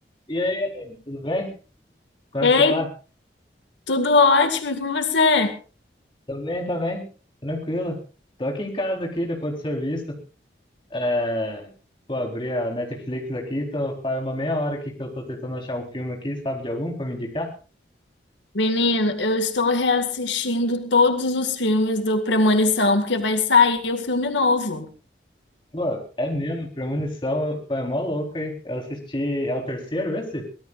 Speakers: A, on the left; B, on the left.
A: E aí, Aline, tudo bem? Como
B: Ei,
A: é que você tá?
B: tudo ótimo, e com você?
A: Tô bem também, tranquilo. Tô aqui em casa aqui depois do serviço. É... Pô, abri a Netflix aqui, tô... faz uma meia hora aqui que eu tô tentando achar um filme aqui, sabe de algum pra me indicar?
B: Menino, eu estou reassistindo todos os filmes do Premonição, porque vai sair o filme novo.
A: Pô, é mesmo, Premonição, pô, é mó louco, hein? Eu assisti, é o terceiro esse